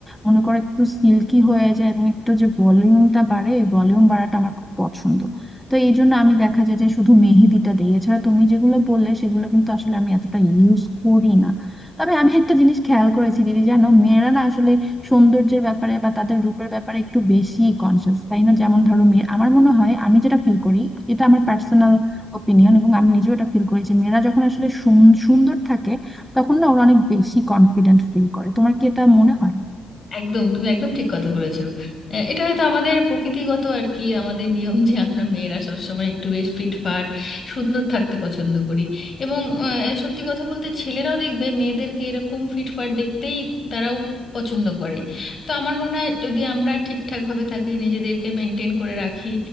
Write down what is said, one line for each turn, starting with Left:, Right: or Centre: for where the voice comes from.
Centre: মনে করো একটু সিল্কি হয়ে যায় এবং একটু যে ভলিউমটা বাড়ে এই ভলিউম বাড়াটা আমার খুব পছন্দ তো এই জন্য আমি দেখা যায় যে শুধু মেহেদিটা দিই এছাড়া তুমি যেগুলো বললে সেগুলো কিন্তু আসলে আমি এতটা ইউজ করি না তবে আমি একটা জিনিস খেয়াল করেছি দিদি জানো মেয়েরা না আসলে সৌন্দর্যের ব্যাপারে বা তাদের রূপের ব্যাপারে একটু বেশি কনসিয়াস তাই না যেমন ধরো মেয়ে আমার মনে হয় আমি যেটা ফিল করি এটা আমার পার্সোনাল ওপিনিয়ন এবং আমি নিজেও এটা ফিল করি যে মেয়েরা যখন আসলে সুন- সুন্দর থাকে তখন না ওরা অনেক বেশি কনফিডেন্ট ফিল করে তোমার কি এটা মনে হয়
Left: একদম তুমি একদম ঠিক কথা বলেছো এ, এটা হয়তো আমাদের প্রকৃতিগত আর কি আমাদের নিয়ম যে আমরা মেয়েরা সবসময় একটু বেশ ফিটফাট সুন্দর থাকতে পছন্দ করি এবং আহ, সত্যি কথা বলতে ছেলেরাও দেখবে মেয়েদেরকে এরকম ফিটফাট দেখতেই তারাও পছন্দ করে তো আমার মনে হয় যদি আমরা ঠিকঠাকভাবে থাকি নিজেদেরকে মেনটেন করে রাখি